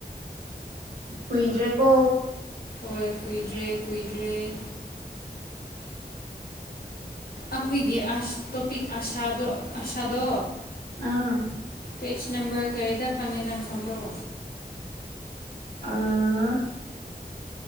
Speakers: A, on the right; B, on the left.
A: ꯍꯨꯏꯗ꯭ꯔꯦꯀꯣ
B: ꯍꯣꯏ ꯀꯨꯏꯗ꯭ꯔꯦ ꯀꯨꯏꯗ꯭ꯔꯦ ꯑꯩꯈꯣꯏꯒꯤ ꯑꯁ ꯇꯣꯄꯤꯛ ꯑꯁꯥꯗꯣ ꯑꯁꯥꯗꯣ
A: ꯑꯥ
B: ꯄꯦꯆ ꯅꯝꯕꯔ ꯀꯔꯤꯗ ꯐꯪꯉꯦ ꯅꯪ ꯈꯪꯕ꯭ꯔꯣ
A: ꯑꯥ